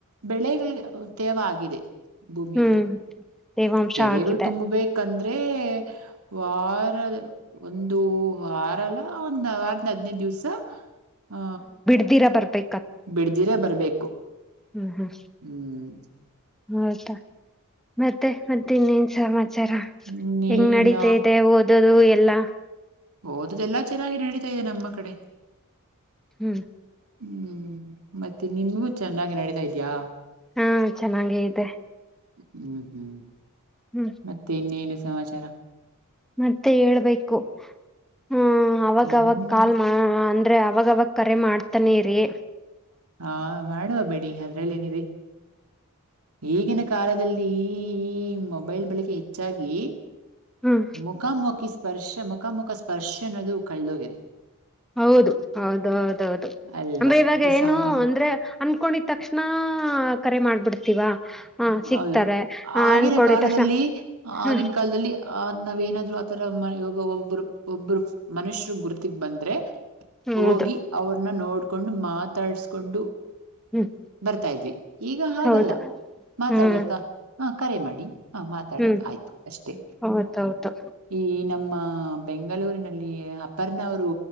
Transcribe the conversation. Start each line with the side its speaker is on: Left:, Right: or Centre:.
Right: ಬೆಳೆಗಳಿಗೆ ತೇವ ಆಗಿದೆ ಭೂಮಿಯಲ್ಲಿ
Centre: ಹ್ಮ್ ತೇವಾಂಶ
Right: ಕೆರೆಗಳು
Centre: ಆಗಿದೆ
Right: ತುಂಬಬೇಕಂದ ಹ ವಾರ ಒಂದು ಆಾರಲ್ಲ ಒಂದ ಆರ್ಂದ ಹದ್ನೈದು ದಿವ್ಸ ಹಾ
Centre: ದರ ಬರ್ಬೇಕೆ
Right: ಬಿಡ್ದಿರ ಬರ್ಬೇಕು
Centre: ಹ್ಮ್ ಹ್ಮ್
Right: ಹ್ಮ್
Centre: ಹೌದಾ ಮತ್ತೆ ಮತ್ತೆ ಇನ್ನೇನ್ ಸಮಾಚಾರ
Right: ಇನ್ನೇನಿಲ್ಲ
Centre: ಹೆಂಗ್ ನಡತಾ ಇದೆ ಓದೋದು ಎಲ್ಲಾ
Right: ಹಓದದೆಲ್ಲ ಚೆನ್ನಾಗಿ ನಡೀ ಇದೆ ನಮ್ಮ ಕಡೆ
Centre: ಹ್ಮ
Right: ಹ್ಮಞ ಮತ್ತೆ ನಿಮಗೂ ಚೆನ್ನಾಗಿ ನಡೀತಾ ಇದ ಯಾ
Centre: ಹಾ ಚೆನ್ನಾಗ ಇದೆ
Right: ಹ್ಮ್ ಹ್ಮ್
Centre: ಹ್ಮ್
Right: ಮತ್ತೆ ಇನ್ನೇನು ಸಮಾಚಾರ
Centre: ಮತ್ತೆ ಹೇಳ್ಬೇಕು ಹ ಅವಾಗವಾಗ
Right: ಏನಿದೆ
Centre: ಕಾಲ್ ಅಂದ್ರೆ ಅವಾಗವಾಗ ಕರೆ ಮಾಡ್ತಾನೆರಿೀ
Right: ಹಾ ಮಾಡುವ ಬಿೇಡಿ ಅದ್ರಲ್ಲಿ ಏನಿದೆ ಈಗಿನ ಕಾಲದಲ್ಲಿ ಈ ಈ ಮೊಬೈಲ್ ಬಳಕೆ ಹೆಚ್ಚಾಗಿ
Centre: ಹ್ಮ್
Right: ಮುಕಾಮಕಿಸ ಸ್ಪರ್ಶ ಮುಖ ಮುುಖ ಸ್ಪರ್ಶ ಅನ್ನೋದು ಕಳದೋಗಿರಿ
Centre: ಹೌದು ಹೌದು ಹೌದೌದು
Right: ಅಲ್ವಾ
Centre: ಅೆ ಇವಾಗ
Right: ಈ
Centre: ಏನು
Right: ಸಾಮ
Centre: ಅಂದ್ರೆ ಅನ್ಕೊಂಡಿದ ತಕ್ಷಣ ಕರೆ ಮಾಡ್ಬಿಡ್ತೀವಾ ಹ ಸಿಗ್ತಾರೆ
Right: ಹೌದು
Centre: ಹ
Right: ಆಗಿನ
Centre: ಅನ್ಕೊಂಡಿದ
Right: ಕಾಲದಲ್ಲಿ
Centre: ತಕ್ಷಣ ಹ್ಮ್
Right: ಆಗಿನ ಕಾಲದಲ್ಲಿ ಆ ನಾವೇನಾದ್ರು ತರ ಮ ಇವಾಗ ಒಬ್ಬರು ಒಬ್ಬರು ಮನುಷ್ಯರು ಗುರ್ತಿಗ್ ಬಂದ್ರೆ
Centre: ಹೌದು
Right: ಹೋಗಿ ಅವ್ರನ್ನ ನೋಡ್ ಕೊಂಡು ಮಾತಾಡ್ಸ್ಕೊಂಡು
Centre: ಹ್ಮ್
Right: ಬರ್ತಾ ಇದ್ವಿ ಈಗ ಹಾಗಲ್ಲ
Centre: ಹೌದು
Right: ಮಾತಾಡ್ಬೇಕಾ
Centre: ಹ್ಮ್
Right: ಹ ಕರಿ ಮಾಡಿ ಹ ಮಾತಾಡಿ
Centre: ಹ್ಮ್
Right: ಆಯ್ತು ಅಷ್ಟೇ
Centre: ಹೌದೌದು
Right: ಈ ನಮ್ಮ ಹ ಬೆಂಗಳೂರಿನಲ್ಲಿ ಅಪರ್ನವರು